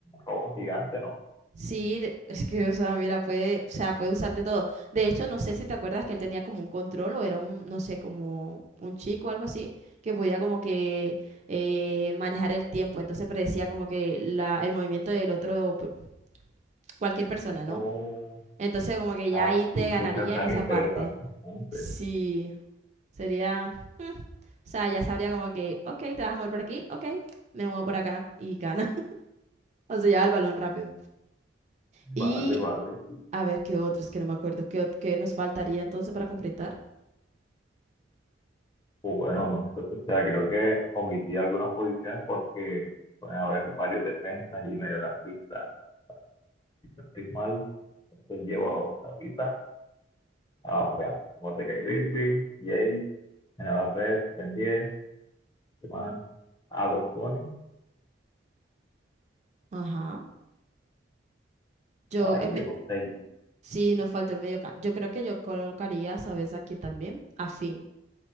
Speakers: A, on the left (about 20°); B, on the right (about 40°).
A: robo gigante, ¿no?
B: Sí, de- es que, o sea, mira, puede, o sea, puede usarte todo. De hecho, no sé si te acuerdas que él tenía como un control o era un, no sé, como un chico o algo así, que podía como que eh, manejar el tiempo. Entonces predecía como que la, el movimiento del otro, p- cualquier persona,
A: Oh,
B: ¿no? Entonces como que ya
A: ah,
B: ahí te
A: sí,
B: ganaría
A: sí, esa estaría
B: en esa
A: interesante
B: parte.
A: entonces.
B: Sí, sería, <laughs> o sea, ya sabría como que, ok, te vas a mover por aquí, ok, me muevo por acá y gana. <laughs> O sea, ya el balón rápido. Y
A: Vale, vale, sí.
B: A ver, ¿qué otros? Que no me acuerdo. ¿Qué, ot- qué nos faltaría entonces para completar?
A: Pues bueno, no sé, o sea, creo que omití algunas posiciones porque pueden haber varios defensas y mediocampistas si no estoy mal. Entonces llevo hasta ahorita. Ah, veamos. Mordecai Rigby, Jay, Senador Red, Ben 10, ¿qué más? Ah, Bugs Bunny.
B: Ajá. Yo,
A: Por ahí
B: en
A: llevo
B: me-
A: seis,
B: sí, nos falta el medio campo. Yo creo que yo colocaría, ¿sabes a quién también? A Finn.